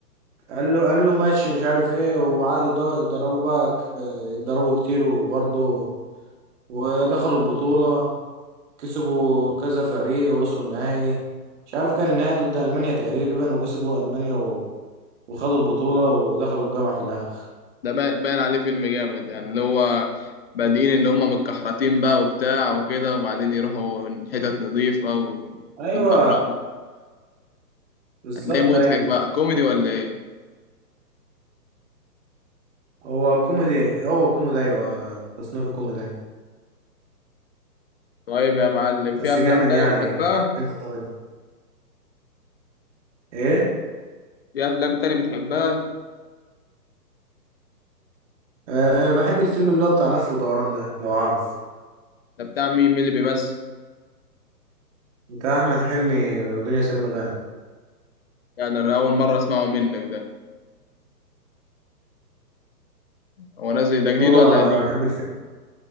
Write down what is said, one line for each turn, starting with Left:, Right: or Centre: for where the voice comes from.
Right: قال له قالوا له ماشي مش عارف ايه وقعدوا يض- يتدربوا بقى ك- يتدربوا كتير وبرضه ودخلوا البطولة كسبوا كذا فريق ووصلوا النهائي مش عارف كان النهائي ضد ألمانيا تقريبا وكسبوا ألمانيا و... وخدوا البطولة ودخلوا الجامعة في الآخر
Left: ده با- باين عليه فيلم جامد يعني اللي هو بادئين اللي هم متكحرتين بقى وبتاع وكده وبعدين يروحوا من حتت نظيفه
Right: ايوه
Left: ويتدربوا
Right: بالظبط
Left: هتلاقيه مضحك
Right: ايوه
Left: بقى كوميدي ولا ايه
Right: هو كوميدي هو كوميدي ايوه تصنيفه كوميدي أيوة.
Left: طيب يا معلم في
Right: بس
Left: افلام
Right: جامد
Left: تانية
Right: يعني
Left: بتحبها
Right: فيلم جامد ايه
Left: في افلام تانية بتحبها
Right: أه بحب الفيلم اللي هو بتاع لف ودوران ده لو عارف
Left: ده بتاع مين مين اللي بيمثل
Right: بتاع احمد حلمي ودنيا سمير غانم
Left: يعني انا اول مره اسمعه منك ده هو نازل ده جديد
Right: هو
Left: ولا قديم
Right: بحب الفيلم